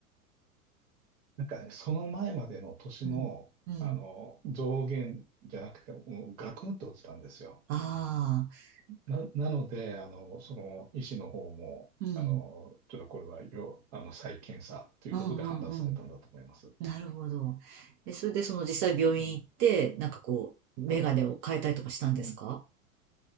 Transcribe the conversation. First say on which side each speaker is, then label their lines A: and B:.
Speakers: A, on the right (about 55°); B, on the right (about 35°).
A: なんかね、その前までの年の、
B: うん。うん。
A: あの、増減じゃなくて、もうガクンと落ちたんですよ。
B: ああ。
A: な、なので、あの、その医師の方も、
B: うん。
A: あの、ちょっとこれはよ、あの、再検査ということで判断されたんだと思います。
B: うんうんうん。なるほど。え、それでその実際病院行って、
A: うん
B: なんかこう、メガネを変えたりとかしたんですか
A: もう